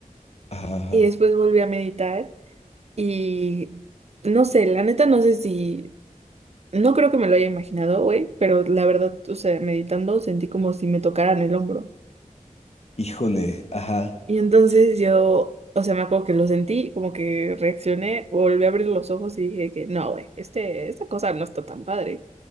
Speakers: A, on the left; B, on the right.
A: ajá, ajá.
B: Y después volví a meditar y no sé, la neta no sé si, no creo que me lo haya imaginado hoy, pero la verdad, o sea, meditando sentí como si me tocaran el hombro.
A: Híjole, ajá.
B: Y entonces yo, o sea, me acuerdo que lo sentí, como que reaccioné, volví a abrir los ojos y dije que no, güey, este, esta cosa no está tan padre.